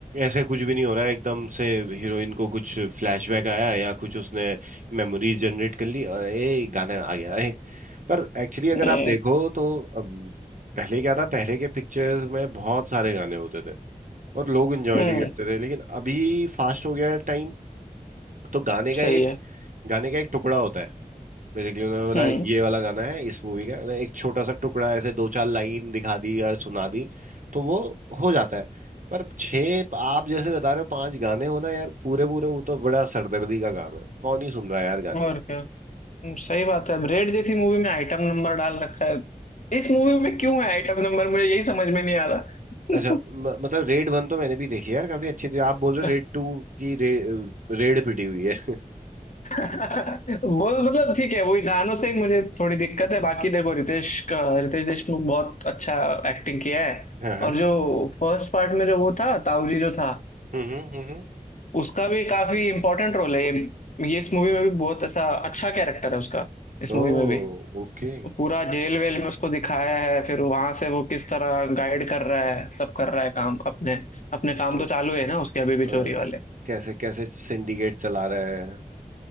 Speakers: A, on the right; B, on the left.
A: ऐसे कुछ भी नहीं हो रहा है एकदम से हीरोइन को कुछ फ्लैशबैक आया या कुछ उसने मेमोरीज जनरेट कर ली और ए गाना आ गया एक पर एक्चुअली अगर
B: हम्म
A: आप देखो तो अम, पहले क्या था पहले के पिक्चर्स में बहुत सारे गाने होते थे और लोग एंजॉय
B: हम्म,
A: भी करते थे लेकिन अभी फास्ट हो गया है टाइम तो गाने का
B: सही
A: एक
B: है
A: गाने का एक टुकड़ा होता है बेसिकली उन्होंने बोला
B: हम्म
A: ये वाला गाना है इस मूवी का उन्होंने एक छोटा सा टुकड़ा ऐसे दो चार लाइन दिखा दी और सुना दी तो वो हो जाता है पर छः आप जैसे बता रहे हो पांच गाने होना यार पूरे पूरे वो तो बड़ा सरदर्दी का काम है कौन ही सुन रहा है यार गाने
B: और क्या हम्म, सही बात है रेड जैसी मूवी में आइटम नंबर डाल रखा है इस मूवी में क्यों है आइटम नंबर मुझे यही समझ में नहीं आ रहा
A: अच्छा म, मतलब रेड वन तो मैंने भी देखी है यार काफी अच्छी थी आप बोल रहे
B: <laughs>
A: हो रेड टू की रे, रेड पिटी हुई है
B: वो मतलब ठीक है वही गानों से ही मुझे थोड़ी दिक्कत है बाकी देखो रितेश का रितेश देशमुख बहुत अच्छा एक्टिंग किया है
A: हाँ हाँ
B: और जो फर्स्ट पार्ट में जो वो था ताऊजी जो था
A: हम्म हम्म हम्म, हम्म।
B: उसका भी काफी इम्पोर्टेंट रोल है ये ये इस मूवी में भी बहुत ऐसा अच्छा कैरेक्टर है उसका इस
A: Oh
B: मूवी में भी
A: okay
B: पूरा जेल वेल में उसको दिखाया है फिर वहां से वो किस तरह गाइड कर रहा है सब कर रहा है काम अपने अपने काम
A: क्या-
B: तो चालू है ना उसके अभी भी
A: अ,
B: चोरी वाले
A: कैसे कैसे सिंडिकेट चला रहा है